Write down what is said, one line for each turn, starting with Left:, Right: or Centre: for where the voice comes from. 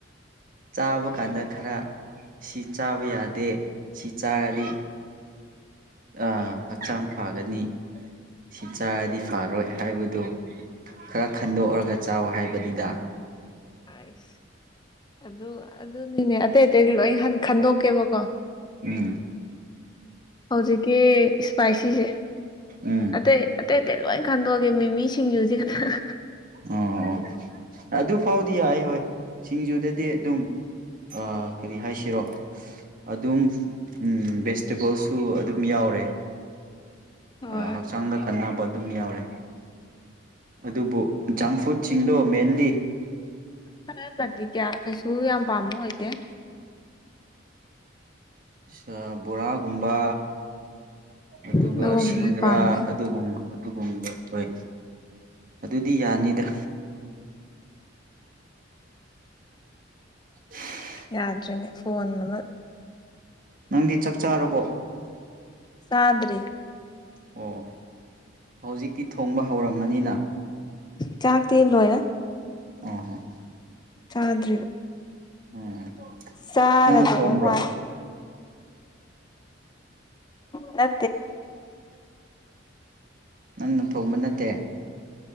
Right: ꯆꯥꯕ ꯀꯥꯟꯗ ꯈꯔ ꯁꯤ ꯆꯥꯕ ꯌꯥꯗꯦ ꯁꯤ ꯆꯥꯔꯗꯤ ꯑ ꯍꯛꯆꯥꯡ ꯐꯒꯅꯤ ꯁꯤ ꯆꯥꯔꯗꯤ ꯐꯔꯣꯏ ꯍꯥꯏꯕꯗꯨ ꯈꯔ ꯈꯟꯗꯣꯛꯑꯒ ꯆꯥꯎ ꯍꯥꯏꯕꯅꯤꯗ
Left: ꯍꯥꯏꯁ ꯑꯗꯨ ꯑꯗꯨꯅꯤꯅꯦ ꯑꯇꯩ ꯑꯇꯩꯗꯤ ꯂꯣꯏ ꯈꯟꯗꯣꯛꯀꯦꯕꯀꯣ
Right: ꯎꯝ
Left: ꯍꯧꯖꯤꯛꯀꯤ ꯏꯁꯄꯥꯏꯁꯤꯁꯦ
Right: ꯎꯝ
Left: ꯑꯇꯩ ꯑꯇꯩ ꯑꯇꯩ ꯂꯣꯏ ꯈꯟꯗꯣꯛꯑꯒꯦ ꯃꯤꯃꯤ ꯁꯤꯡꯖꯨꯁꯦ ꯈꯇꯪ
Right: ꯑꯣ ꯑꯣ ꯑꯗꯨ ꯐꯥꯎꯗꯤ ꯌꯥꯏ ꯍꯣꯏ ꯁꯤꯡꯖꯨꯗꯗꯤ ꯑꯗꯨꯝ ꯑ ꯀꯔꯤ ꯍꯥꯏꯁꯤꯔꯣ ꯑꯗꯨꯝ ꯎꯝ ꯕꯦꯁ ꯇꯦꯕꯜꯁꯨ ꯑꯗꯨꯝ ꯌꯥꯎꯔꯦ ꯑ
Left: ꯍꯣꯏ
Right: ꯍꯛꯆꯥꯡꯗ ꯀꯟꯅꯕ ꯑꯗꯨꯝ ꯌꯥꯎꯔꯦ ꯑꯗꯨꯕꯨ ꯖꯪ ꯐꯨꯗꯁꯤꯡꯗꯣ ꯃꯦꯟꯂꯤ
Left: ꯈꯔ ꯇꯗꯤ ꯀꯌꯥ ꯀꯩꯁꯨ ꯌꯥꯝ ꯄꯥꯝꯕ ꯑꯣꯏꯗꯦ
Right: ꯎꯝ ꯕꯣꯔꯥꯒꯨꯝꯕ ꯑꯗꯨꯒ
Left: ꯑꯗꯨꯒꯨꯝꯕꯗꯤ
Right: ꯁꯤꯡꯗ꯭ꯔꯥ
Left: ꯄꯥꯝꯗꯦ
Right: ꯑꯗꯨꯒꯨꯝꯕ ꯑꯗꯨꯒꯨꯝꯕ ꯍꯣꯏ ꯑꯗꯨꯗꯤ ꯌꯥꯅꯤꯗ ꯍ
Left: ꯌꯥ꯭ꯔꯦꯅꯦ ꯐꯣꯟ ꯅꯝꯕ
Right: ꯅꯪꯗꯤ ꯆꯞ ꯆꯥꯔꯕꯣ
Left: ꯁꯥꯗꯔꯤ
Right: ꯑꯣ ꯍꯧꯖꯤꯛꯇꯤ ꯊꯣꯡꯕ ꯍꯧꯔꯝꯃꯅꯤꯅ
Left: ꯆꯥꯛꯇꯤ ꯂꯣꯏꯔꯦ
Right: ꯑꯝ ꯍꯝ
Left: ꯆꯥꯗ꯭ꯔꯤꯕ
Right: ꯎꯝ
Left: ꯆꯥꯔꯗꯧꯕ
Right: ꯅꯪꯅ ꯊꯣꯡꯕ꯭ꯔꯣ
Left: ꯃꯥ ꯅ
Right: ꯅꯪꯅ ꯊꯣꯡꯕ ꯅꯠꯇꯦ